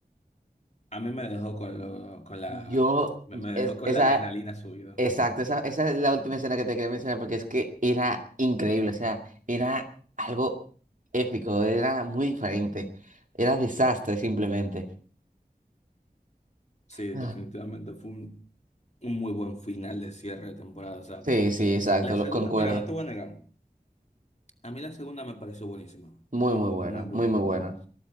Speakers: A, on the left (about 45°); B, on the right (about 55°).
A: A mí me dejó con lo, con la,
B: Yo...
A: me me dejó
B: es-
A: con
B: esa...
A: la adrenalina subida.
B: Exacto, esa, esa es la última escena que te quería mencionar porque es que era increíble, o sea, era algo épico, era muy diferente, era desastre simplemente.
A: Sí,
B: Ah,
A: definitivamente fue un, un muy buen final de cierre de temporada. O sea,
B: Sí, sí, exacto,
A: la segunda,
B: lo, concuerdo.
A: mira, no te voy a negar. A mí la segunda me pareció buenísima.
B: Muy,
A: Muy
B: muy
A: buena,
B: bueno,
A: muy buena,
B: muy, muy
A: de verdad.
B: bueno.